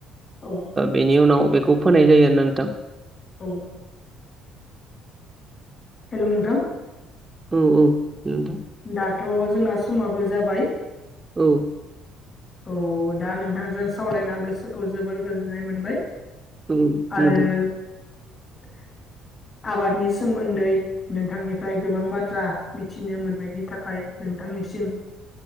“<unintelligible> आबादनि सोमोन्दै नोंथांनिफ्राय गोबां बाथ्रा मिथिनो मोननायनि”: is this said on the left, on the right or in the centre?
Left